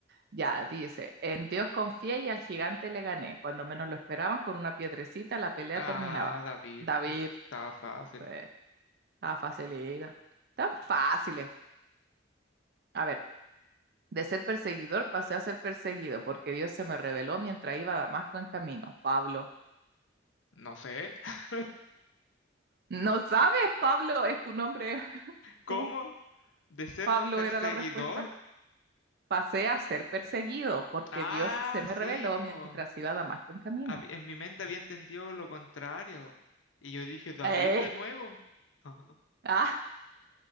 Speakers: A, on the right; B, on the left.
A: Ya, dice, en Dios confié y al gigante le gané. Cuando menos lo esperaban, con una piedrecita la pelea
B: Ah,
A: terminaba.
B: David,
A: David,
B: po. Estaba fácil.
A: eh, estaba facilita. Tan fáciles. A ver, de ser perseguidor pasé a ser perseguido, porque Dios se me reveló mientras iba a Damasco en camino. Pablo.
B: No sé. <laughs>
A: ¿No sabes, Pablo? Es tu nombre. <laughs>
B: ¿Cómo?
A: Tú,
B: ¿De ser
A: Pablo,
B: perseguidor?
A: era la respuesta. Pasé a ser perseguido, porque
B: Ah,
A: Dios se me
B: sí,
A: reveló
B: pues.
A: mientras iba a Damasco en camino.
B: En mi mente había entendido lo contrario. Y yo dije, David
A: Eh,
B: de nuevo. <laughs>
A: <laughs> ah,